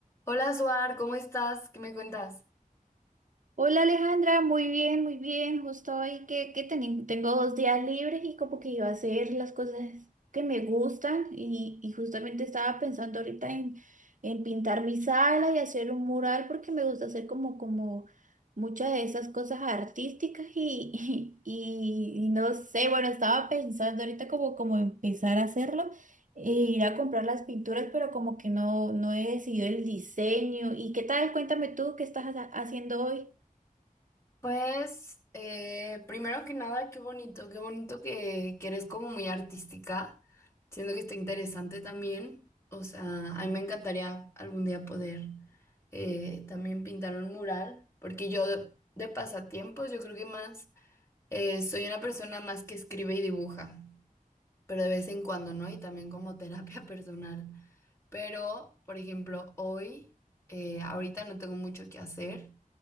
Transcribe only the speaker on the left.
Hola, Suar, ¿cómo estás? ¿Qué me cuentas?
Pues, eh, primero que nada, qué bonito, qué bonito que, que eres como muy artística. Siento que está interesante también. O sea, a mí me encantaría algún día poder eh, también pintar un mural, porque yo de, de pasatiempos, yo creo que más, eh, soy una persona más que escribe y dibuja, pero de vez en cuando, ¿no? Y también como <laughs> terapia personal. Pero, por ejemplo, hoy, eh, ahorita no tengo mucho que hacer.